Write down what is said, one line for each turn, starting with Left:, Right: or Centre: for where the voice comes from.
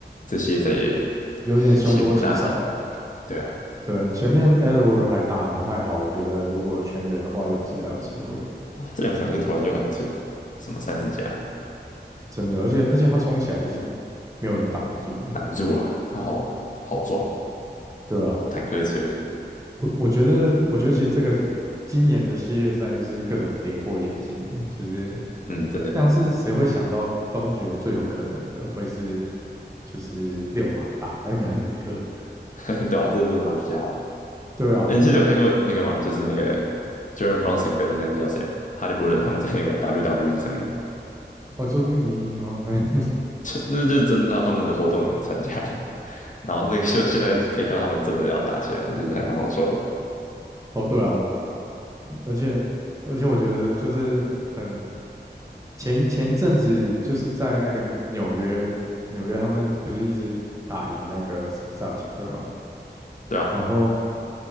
Left: 这些赛也
Right: 有点凶多吉少。
Left: 希望不大啊，对啊。
Right: 对啊，前面 Edward 还打得不太好，我觉得如果全员的话，勇士还有机会，
Left: 啊，他这两场就突然就很扯，什么三十加
Right: 真的。而且而且他冲起来就是没有人挡得住的。
Left: 挡住了，他好好撞
Right: 对啊，
Left: 坦克车，
Right: 我我觉得我觉得其实这个今年的系列赛就是各种跌破眼镜的，就是
Left: 嗯，真的，
Right: 像是谁会想到东决最有可能的会是就是六马打那个尼克？
Left: <laughs> 对啊，这真的蛮瞎的。
Right: 对啊，
Left: 哎，你记得有看过那个吗？就是那个 Jaren Brunson 跟那个叫谁啊，哈利波特他们在那个 WWE 上面，
Right: 哦，就是那个迷因吗？还 <laughs>
Left: 这那就是真的他他们的活动参加了，<laughs> 然后那个就现在可以看到他们真的要打起来，就是还蛮好笑的。
Right: 哦，对啊，而且而且我觉得就是很前一前一阵子就是在那个纽约，纽约他们不是一直打赢那个塞塞尔提克嘛，
Left: 对啊。
Right: 然后